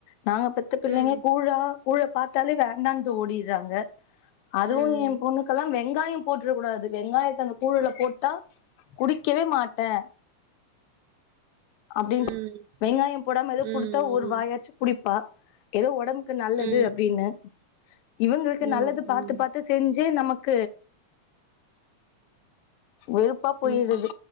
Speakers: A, on the left; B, on the right.
A: நாங்க பெத் த பிள்ளைங்க
B: ம்
A: கூழா கூழ பாத்தாலே வேண்டான்ட்டு ஓடிடுறாங்க அதுவு
B: ம்
A: என் பொண்ணுக் க்கெல்லா வெங்காயோ போட்டுற கூடாது வெங்காயத்த அந்த கூழுல போட்டா குடிக்கவே மாட்டே அப்படின்னு
B: ம்
A: வெங்காய போடாம ஏதோ
B: ம்
A: குடுத்தா ஒரு வாயாச்சு குடிப்பா ஏதோ ஒடம்பு க்கு நல்லது
B: ம்
A: அப்டின்னு
B: ம்
A: இவங்களுக்கு
B: ம்
A: நல்லது பாத்து
B: ம்
A: பாத்து செஞ்சே நமக்கு வெறுப்பா போயிடுது
B: ம்